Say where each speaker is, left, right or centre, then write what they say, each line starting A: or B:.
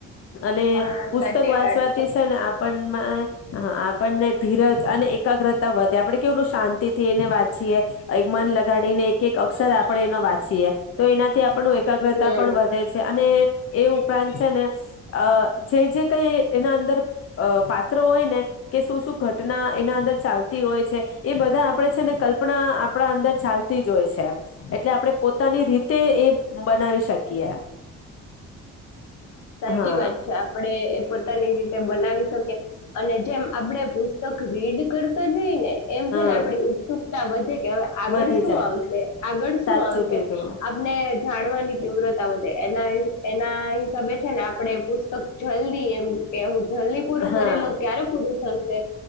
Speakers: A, on the left (about 50°); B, on the left (about 70°).
A: અને
B: હા
A: પુસ્તક
B: સાચી
A: વાંચવાતી
B: વાત
A: છે ને આપણ મા હા આપણને ધીરજ અને એકાગ્રતા વધે આપડણે કેવલું શાંતિ થી એને વાંચીએ એક મન લગાડીને એક એક અક્ષર આપણે એનો વાંચીએ. તો એનાથી આપણું એકાગ્રતા
B: હમ
A: પણ વધે છે. અને એ ઉપરાંત છે ને અ જે જે કઈ એના અંદર પાત્રો હોય ને કે શું શું ઘટના એના અંદર ચાલતી હોય છે એ બધા આપણેે છે ને કલ્પના આપણા અંદર ચાલતી જ હોય છે એમ એટલે આપણે પોતાની રીતે એ બનાવી શકીએ. હા
B: ચી વાત છે આપડણે એ પોતાની રીતે બનાવી શકીએ. અને જેમ આપડે પુસ્તક રીડ કર તા જય ને એમ
A: હા
B: છે ને આપ ઉત્સુકતા વધે કે હવે આગળ
A: વધી
B: શું
A: જાય
B: આવશે, આગળ શું
A: સાચું
B: આવશે,
A: કીધું
B: આપણે <unintelligible> ની તીવ્રતા વધે, એનાય-એનાય ગમે છે ને આપણે પુસ્તક જલ્દી એમ કે હું જલ્દી પૂરું
A: હા
B: કરી લઉં, ક્યારે પૂરું થશે